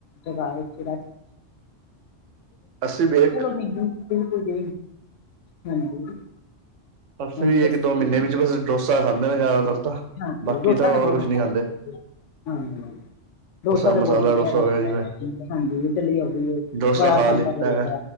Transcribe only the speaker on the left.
ਜਗਾ ਲੇਕਿਨ
ਚਲੋ ਨਹੀਂ ਬਿਲਕੁਲ ਜੀ ਹਾਂਜੀ
ਹਾਂਜੀ
ਦੱਸੋ
ਜੀ
ਹਾਂਜੀ
ਡੋਸਾ
ਤੇ
ਬਹੁਤ
ਵਧੀਆ। ਹਾਂਜੀ ਡੋਸਾ ਤਾਂ
ਬਹੁਤ ਵਧਿਆ
ਲੱਗਦਾ
ਹਾਂਜੀ ਇਟਲੀ ਹੇ ਗਈ।
ਵੜਾ
ਸਡਰ
ਗਿਆ